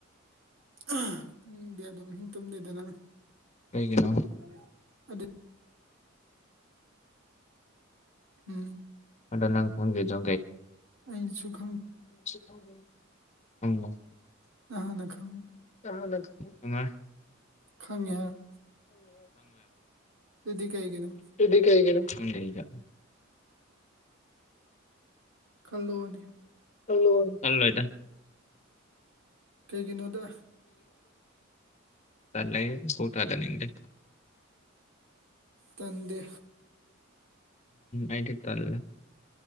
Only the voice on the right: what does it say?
<unintelligible> ꯇꯨꯝꯗꯦ ꯑꯗꯨꯝ ꯑꯍꯤꯡ ꯇꯨꯝꯗꯦꯗꯅ
<unintelligible> ꯎꯝ
ꯑꯩꯁꯨ ꯈꯪ
ꯅꯪ ꯍꯥꯟꯅ ꯈꯪꯉꯨ
ꯈꯪꯉꯦ
ꯍꯥꯏꯔꯣ ꯑꯗꯨꯗꯤ ꯀꯩꯒꯤꯅꯣ
ꯈꯜꯂꯣꯅꯦ
ꯀꯩꯒꯤꯅꯣꯗ
ꯇꯟꯗꯦ